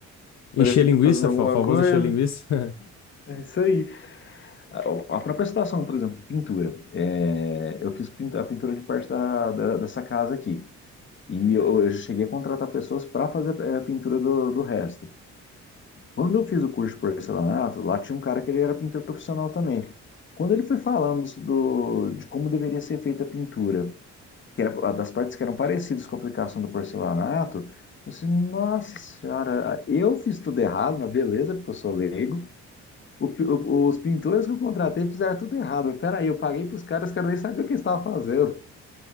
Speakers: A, on the left (about 60°); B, on the left (about 40°).
A: Encher
B: parecer
A: linguiça,
B: que tá fazendo alguma
A: fa- famoso
B: coisa.
A: encher linguiça. <laughs>
B: É isso aí. A, a própria situação, por exemplo, de pintura. É, eu fiz pintu- a pintura de parte da, da- dessa casa aqui. E eu, eu cheguei a contratar pessoas para fazer eh, a pintura do, do resto. Quando eu fiz o curso de porcelanato, lá tinha um cara que ele era pintor profissional também. Quando ele foi falando do, de como deveria ser feita a pintura, que era das partes que eram parecidas com a aplicação do porcelanato, eu falei assim, nossa senhora, eu fiz tudo errado, mas beleza, porque eu sou leigo. O pi- o- os pintores que eu contratei fizeram tudo errado. Peraí, eu paguei para os caras, os caras nem sabiam o que eles estavam fazendo.